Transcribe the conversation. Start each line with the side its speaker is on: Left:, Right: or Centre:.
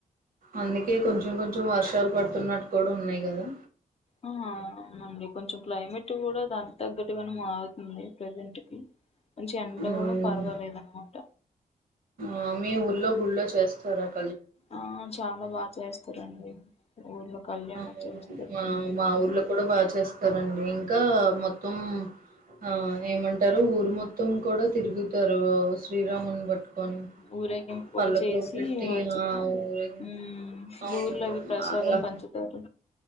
Right: అందుకే కొంచెం కొంచెం వర్షాలు పడుతున్నట్టు కూడా ఉన్నాయి కదా
Left: ఆ అవునండి కొంచెం క్లైమేట్ కూడా దానికి తగ్గట్టుగానే మారుతుంది ప్రజెంట్ కి కొంచెం ఎడ్లు
Right: ఉమ్.
Left: కూడా పర్వాలేదు అనమాట
Right: ఆ మీ ఊర్లో గుళ్ళో చేస్త చేస్తర్ కదా
Left: ఆ చాలా బాగా చేస్ చేస్తరండీ ఊర్లో కళ్యాణం
Right: అవునూ
Left: చేస్తారు
Right: మా
Left: ఉమ్
Right: మా ఊర్లో కూడా బాగా చేస్తారండి ఇంకా మొత్తం ఆ ఏమంటరు ఊరు మొత్తం మొత్తం కూడా తిరుగుతారు శ్రీరాముని పట్టుకొని
Left: ఊరేగింపు కూడా
Right: పల్లకులోకి
Left: చేసి
Right: పెట్టి
Left: మంచిగా
Right: ఆ ఊరి
Left: ఉమ్
Right: అవునూ
Left: ఊర్లో అవి ప్రసాదం
Right: అలా
Left: పంచుతారు